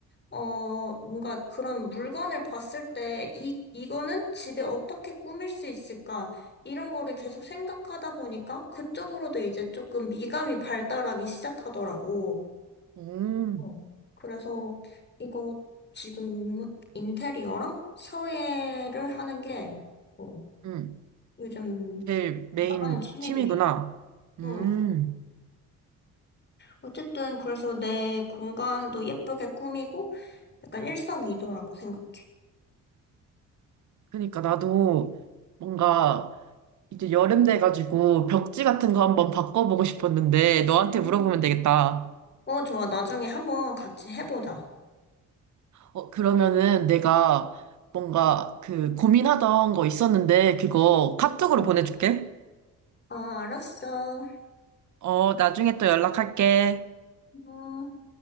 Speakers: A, on the left; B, on the right.
A: 어, 뭔가 그런 물건을 봤을 때, 이, 이거는 집에 어떻게 꾸밀 수 있을까? 이런 거를 계속 생각하다 보니까 그쪽으로도 이제 조금 미감이 발달하기 시작하더라고.
B: 오,
A: 어. 그래서 이거 지금 인테리어랑 서예를 하는 게, 어,
B: 응.
A: 요즘
B: 제일 메인
A: 나가는 취미들이야.
B: 취미구나. 음.
A: 응. 어쨌든 그래서 내 공간도 예쁘게 꾸미고 약간 일석이조라고 생각해.
B: 그러니까 나도 뭔가 이제 여름 돼가지고 벽지 같은 거 한번 바꿔보고 싶었는데 너한테 물어보면
A: 음.
B: 되겠다.
A: 어, 좋아. 나중에 한번 같이 해보자.
B: 어, 그러면은 내가 뭔가 그 고민하던 거 있었는데 그거 카톡으로
A: 어,
B: 보내줄게.
A: 아, 알았어.
B: 어, 나중에 또 연락할게.
A: 음.